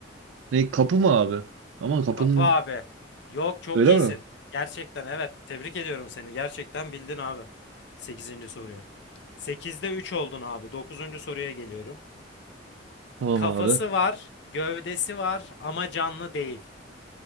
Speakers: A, on the right; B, on the left.
A: Ne kapı mı abi? Ama kapının
B: Kapı abi. Yok çok
A: öyle
B: iyisin.
A: mi?
B: Gerçekten evet. Tebrik ediyorum seni. Gerçekten bildin abi. Sekizinci soruyu. Sekizde 3 oldun abi. Dokuzuncu soruya geliyorum.
A: Tamam
B: Kafası
A: abi.
B: var, gövdesi var ama canlı değil.